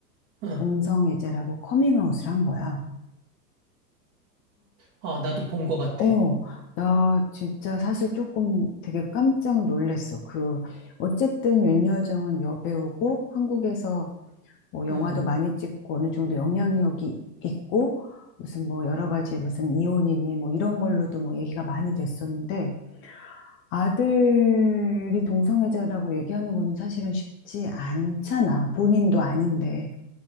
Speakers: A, on the right (about 35°); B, on the left (about 25°).
A: 어,
B: 동성애자라고 커밍아웃을 한 거야.
A: 아, 나도 본 것 같아.
B: 어, 나 진짜 사실 조금 되게 깜짝 놀랐어. 그, 어쨌든 윤여정은 여배우고 한국에서 뭐 영화도
A: 응,
B: 많이 찍고 어느 정도 영향력이 있고 무슨 뭐 여러 가지 무슨 이혼이니 뭐 이런 걸로도 뭐 얘기가 많이 됐었는데 아들이 동성애자라고 얘기하는 거는 사실은 쉽지 않잖아. 본인도 아닌데.